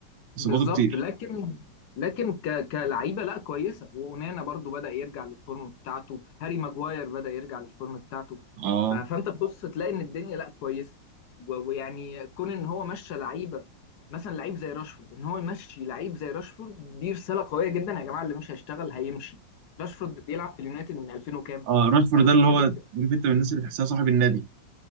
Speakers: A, on the right; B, on the left.
A: اصاباته
B: بالظبط
A: كتير
B: لكن لكن ك... كلعيبه لا كويسه وأونانا برضو بدأ يرجع للفورم بتاعته هاري ماجواير بدأ يرجع للفورم بتاعته
A: اه
B: ف... فانت تبص تلاقي ان الدنيا لا كويسه و... ويعني كون ان هو مشى لعيبه مثلا لعيب زي راشفورد ان هو يمشي لعيب زي راشفورد دي رساله قويه جدا يا جماعه اللي مش هيشتغل هيمشي راشفورد بيلعب في اليونايتد من 2000 وكام
A: اه راشفورد
B: بقاله
A: ده
B: كتير
A: اللي هو
B: جدا
A: عارف انت من الناس اللي تحسها صاحب النادي